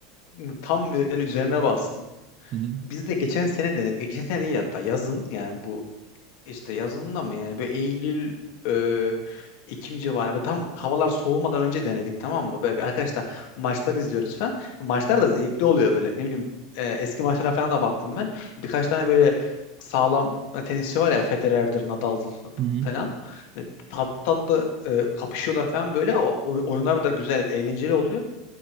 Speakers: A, on the left (about 60°); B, on the right (about 35°).
A: hmm, tam böyle üzerine bastın.
B: Hı hı.
A: Biz de geçen sene de e, geçen sene değil hatta yazın yani bu İşte yazında mı yani böyle Eylül e, Ekim civarı böyle tam havalar soğumadan önce denedik tamam mı? Böyle bir arkadaşlar maçları izliyoruz falan. Maçlar da zevkli oluyor böyle ne bileyim e, eski maçlara falan da baktım ben. Birkaç tane böyle sağlam e, tenisçi var ya Federer'dir, Nadal'dır
B: Hı
A: falan. Yani tatlı tatlı e, kapışıyorlar falan böyle. O, oy- oyunlar da güzel, eğlenceli oluyor.